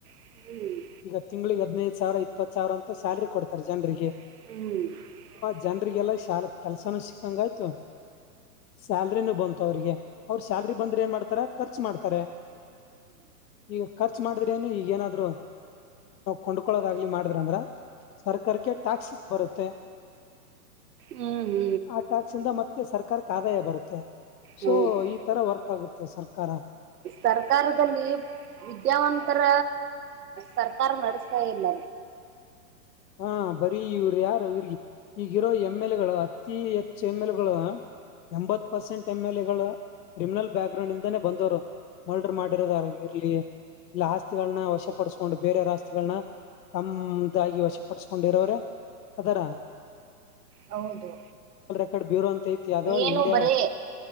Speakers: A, on the right; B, on the left.
A: ಹ್ಮ್
B: ಈಗ ತಿಂಗಳಿಗೆ ಹದ್ನದು ಸಾವಿರ ಇಪ್ಪತ್ ಸಾವಿರ ಅಂತ ಸ್ಯಲ್ರಿ ಕೊಡ್ತಾರೆ ಜನರಿಗೆ
A: ಹ್ಮ್
B: ಜನ್ರಿಗೆಲ್ಲಾ ಶಾಲ ಕೆಲ್ಸಾನೂ ಸಿಕ್ಕಂಗ ಆಯ್ತು ಸ್ಯಾಲ್ರಿನೂ ಬಂತು ಅವ್ರಿಗೆ ಅವ್ರ ಸ್ಯಾಲ್ರಿ ಬಂದ್ರೆ ಏನ್ ಮಾಡ್ತಾರ ಖರ್ಚು ಮಾಡ್ತಾರೆ ಈಗ ಖರ್ಚ ಮಾಡಿದ್ರ ಏನು ಈಗ ಏನಾದ್ರು ಕೊಂಡ್ಕೊಳೋದಾಗ್ಲಿ ಮಾಡಿದ್ರಂದ್ರ ಸರ್ಕಾರಕ್ಕೆ ಟ್ಯಾಕ್ಸ್ ಬರುತ್ತೆ
A: ಹ್ಮ್ ಹ್ಮ್
B: ಆ ಟ್ಯಾಕ್ಸ್ ಮತ್ತೆ ಸರ್ಕಾರಕ್ಕೆ ಆದಾಯ ಬರುತ್ತೆ ಸೊ
A: ಹೌದು
B: ಈ ತರ ವರ್ಕ್ ಆಗುತ್ತೆ ಸರ್ಕಾರ
A: ಸರ್ಕಾರದಲ್ಲಿ ವಿದ್ಯಾವಂತರ ಸರ್ಕಾರ ನಡೆಸ್ತಾ ಇಲ್ಲ
B: ಹಾ ಬರಿಇವ್ರ ಯಾರು ಇವ್ರಿಗೆ ಈಗಿರೋ ಎಮ್ ಎಲ್ ಎಗಳು ಅತಿೀ ಹೆಚ್ಚು ಎಮ್ ಎಲ್ಗಳು ಎಂಬತ್ ಪರ್ಸೆಂಟ್ ಎಮ್ ಎಲ್ ಎ ಗಳು ಕ್ರಿಮಿನಲ್ ಬ್ಯಾಕ್ ಗ್ರೌಂಡ್ ಇಂದಾನೇ ಬಂದವರು ಮರ್ಡ್ರ ಮಾಡಿರೋದಾರ್ ಇರ್ಲಿ ಇಲ್ಲ ಆಸ್ತಿಗಳನ್ನ ವಶಪಡಿಸಕೊಂಡು ಬೇರೆಯವರ ಆಸ್ತಿಗಳನ್ನ ತಮ್ದಾಗಿ ವಶ ಪಡ್ಸ್ಕೊಂಡಿರೋರೆ ಅದರ
A: ಹೌದು
B: ಕ ಬ್ಯೂರ ಅಂತ ಐತಿ ಯಾವ್ದೋ
A: ಏನು
B: ಇಂಡಿಯಾ
A: ಬರೀ